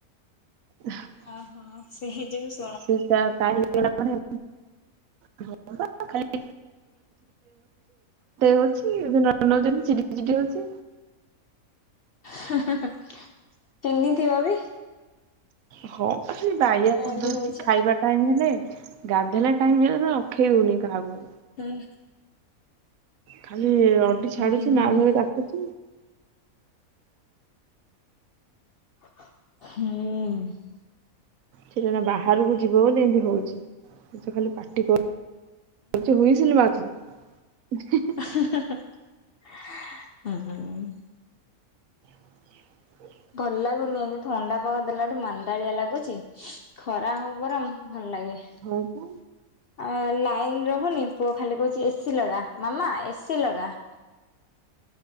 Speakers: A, on the right; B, on the left.
A: <inaudible>
B: ଓହୋ। ସେ ହେ ଯଉସ୍
A: ଶେ ତା ତାହି ଗଲା ପରେ <unintelligible> ଖତେଇ ହଉଛି ଏବେ ନ ହଉଛନ୍ତି ଚିଡି ଚିଡି ହଉଛି।
B: ହାଁ ହାଁ ହାଁ ଚହ୍ନିଥିବ ବି
A: ହଁ ଖାଲି ବାଇଆ
B: ଏମିତି
A: କଦଉଛି
B: ହଉଛି।
A: ଖାଇବା ଟାଇମ୍ ହେଲେ ଗାଧେଇଲା ଟାଇମ୍ ହେଲେ ସେ ରଖେଇ ଦଉନି କାହାକୁ।
B: କାଇଁ?
A: ଖାଲି ରଡି ଛାଡୁଛି
B: ହୁଁ
A: ନାଳୁ ଭାଇ ଡାକୁଛି।
B: ହୁଁ।
A: ସେଟା ନା ବାହାରକୁ ଯିବ ବୋଲି ଏମିତି ହଉଛି ସେ ଖାଲି ପାଟି କ ଲି ହୁଇସିଲି ମାରୁଚି କି?
B: ହେଁ ହେଁ ହେଁ ଉଁ
A: <inaudible>
B: ଭଲ ଲାଗୁନି ଏମତି ଥଣ୍ଡା ପାଗ ଦେଲାଠୁ ମାନ୍ଦାଳିଆ ଲାଗୁଚି। ଖରା ହଉ ବରଂ ଭଲ ଲାଗେ।
A: ହଉ ପୁ
B: ଅ ଲାଇନ୍ ରହୁନି ପୁଅ ଖାଲି କହୁଛି ଏସି ଲଗା ମାମା ଏସି ଲଗା।